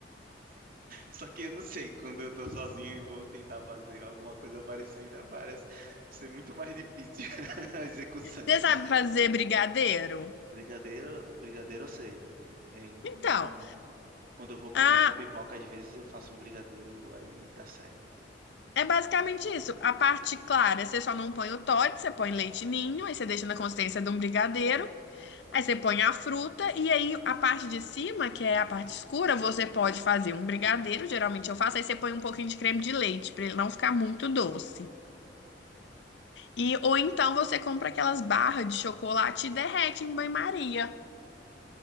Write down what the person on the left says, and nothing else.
você sabe fazer brigadeiro?
Então,
a-
É basicamente isso. A parte clara, você só não põe o Toddy, você põe leite ninho, aí você deixa na consistência de um brigadeiro, aí você põe a fruta, e aí a parte de cima, que é a parte escura, você pode fazer um brigadeiro, geralmente eu faço, aí você põe um pouquinho de creme de leite, pra ele não ficar muito doce. E, ou então você compra aquelas barras de chocolate e derrete em banho-maria.